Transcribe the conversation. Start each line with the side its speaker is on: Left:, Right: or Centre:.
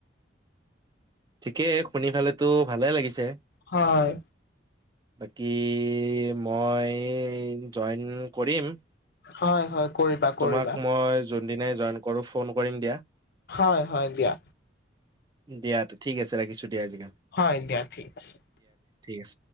Right: ঠিকেই, শুনি ফালেতো ভালে লাগিছে।
Left: হয়।
Right: বাকী মই জইন কৰিম।
Left: হয় হয়। কৰিবা
Right: তোমাক
Left: কৰিবা
Right: মই যোনদিনে জইন কৰো ফোন কৰিম দিয়া।
Left: হয় হয় দিয়া।
Right: দিয়া ঠিক আছে ৰাখিছো দিয়া আজিকাণ
Left: হয় দিয়া ঠিক আছে।
Right: আছে।